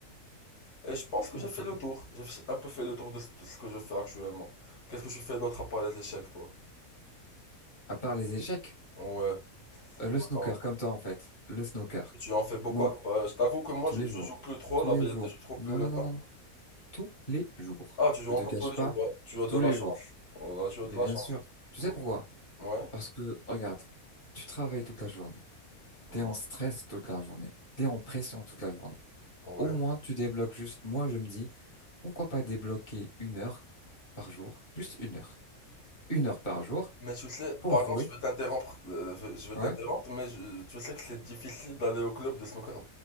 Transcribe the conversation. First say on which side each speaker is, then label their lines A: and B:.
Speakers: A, on the left; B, on the left.
A: Et je pense que
B: D'accord.
A: j'ai fait le tour. J'ai un peu fait le tour de ce de ce que je fais actuellement. Qu'est-ce que je fais d'autre à part les échecs, toi?
B: À part les échecs.
A: Ouais. C'est
B: Euh,
A: quoi
B: le snooker,
A: attends.
B: comme toi en fait. Le snooker.
A: Tu en fais beaucoup.
B: Moi,
A: bah, je t'avoue que moi,
B: tous
A: je,
B: les
A: je
B: jours.
A: joue plus trop.
B: Tous
A: La
B: les
A: vérité,
B: jours.
A: je trouve
B: Non,
A: plus le
B: non,
A: temps.
B: non, non, non. Tous les jours.
A: Ah, tu joues
B: Je te
A: encore
B: cache
A: tous les jours.
B: pas,
A: Bah, tu as de
B: tous
A: la
B: les
A: chance.
B: jours.
A: Oh Là, tu as
B: Mais
A: de la
B: bien
A: chance.
B: sûr. Tu
A: Ok.
B: sais pourquoi?
A: Ouais.
B: Parce que, regarde, tu travailles toute la journée.
A: Ouais.
B: T'es en stress toute la journée. T'es en pression toute la journée.
A: Ouais.
B: Au moins, tu débloques juste. Moi, je me dis, pourquoi pas débloquer une heure par jour? Juste une heure. Une heure par jour
A: Mais tu sais,
B: pour
A: pardon,
B: jouer.
A: je veux t'interrompre. euh, je je veux
B: Ouais.
A: t'interrompre, mais je- tu sais que c'est difficile d'aller au club de snooker